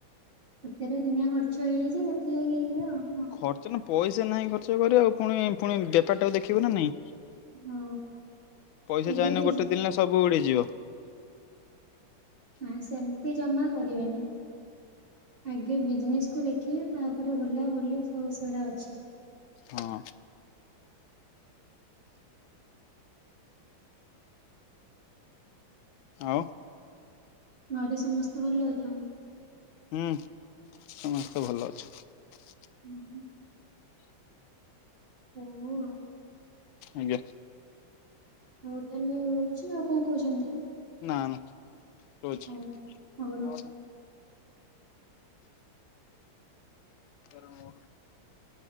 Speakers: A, on the right (about 25°); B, on the left (about 80°).
A: ସେଥିରେ ଦୁନିଆ ଖର୍ଚ୍ଚ ହେଇଯାଇଛି ସେଥିଲାଗି ଏଇ ଆଉ। ହଁ।
B: ଖର୍ଚ୍ଚ ନା ପଇସା ନାହିଁ ଖର୍ଚ୍ଚ କରିବା ଆଉ ପୁଣି ପୁଣି ବେପାର ଟାକୁ ଦେଖିବୁ ନା ନାଇଁ।
A: ହଁ
B: ପଇସା
A: ଆଗ
B: ଚାହିଁଲେ
A: ବି
B: ଗୋଟେ ଦିନରେ ସବୁ ଉଡିଯିବ
A: ହଁ ସେମିତି ଜମା କରିବେନି। ଆଗେ ବିଜନେସ କୁ ଦେଖିବେ ତାପରେ ବୁଲାବୁଲି ସବୁ ସେଡା ଅଛି
B: ହଁ ଆଉ।
A: ଘରେ ସମସ୍ତେ ଭଲ ଅଛନ୍ତି?
B: ହୁଁ ସମସ୍ତେ ଭଲ ଅଛନ୍ତି।
A: ହୁଁ ହୁ ଓହୋ
B: ଆଜ୍ଞା
A: ହଉ ତାହେଲେ ରହୁଛି ଆଉ କଣ କହୁଛନ୍ତି।
B: ନା ନା ରହୁଛି।
A: ହଉ ହଉ ରଖ।
B: ତରନୂର <unintelligible>